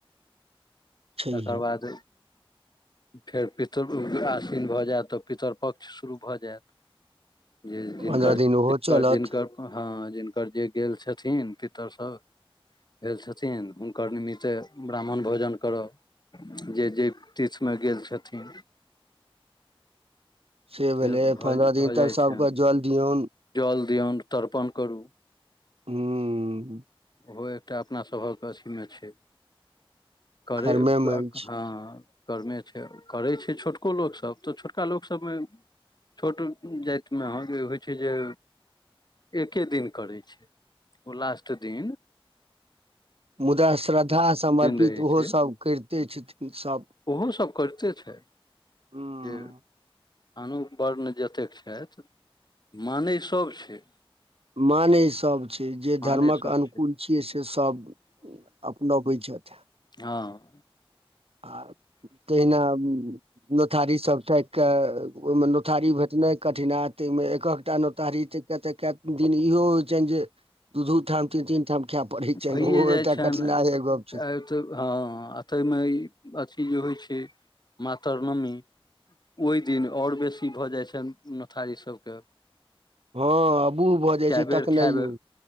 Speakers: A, on the right; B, on the left.
A: छैह
B: तकर बाद फेर पितर असिन भऽ जायत तऽ पितरपक्ष शुरू भऽ जाय जे जिनकर
A: पन्द्रह दिन ओहो
B: जिनकर
A: चलत
B: जिनक हँ जिनकर जे गेल छथिन पितरस भेल छथिन हुनकर निमित्ते ब्राह्मण भोजन कर जे जे तीर्थमे गेल छथि
A: से भेलै
B: भऽ
A: पन्द्रह
B: भऽ
A: दिन
B: जाइ
A: तक सभके
B: छनि
A: जल दियौ
B: जल दिऔन तर्पण कर
A: हूँ
B: ओहो एकटा अपना सभहके अथीमे छै करै
A: कर्मेमे
B: ह
A: अछि
B: करर्मे छै करै छै छोटका लोकसभ तऽ छोटका लोकसभ मे छोट जातिमे अहाँके होइत छै ज एकके दिन करै छै ओ लास्ट दि
A: मुदा श्रद्धा समर्पित
B: रहै
A: ओहोसभ
B: छै
A: करिते छथिनसभ
B: ओहो सभ करिते छै
A: हूँ
B: ज अनु वर्ण जतेक छथि मानै सभ छ
A: माने ई सभ छै जे
B: मानै
A: धर्मक
B: सभ
A: अनुकूल
B: छै
A: छियै से सभ अपनाबैत छथ
B: ह
A: आ तहिना नोथारी सब प क ओहिमे नोठारी भेटना कठिना ताहिमे एक एकटा नतारी त तऽ कए दिन इहो होइ छनि ज दू दू ठाम तीन तीन ठाम खाय पड़ै छैन
B: भइए
A: ओहो
B: जाइ
A: एकटा
B: छनि
A: कठिनाइयै गप
B: आ
A: छै
B: तऽ हँ आ ताहिमे ई अथी जे होइ छै माँतरनवमी ओहि दिन और बेसी भऽ जाइ छन नोथारी सभके
A: हँ बूढ़ भऽ जाइ
B: कए
A: छै
B: बेर
A: तकनाइयो
B: खायब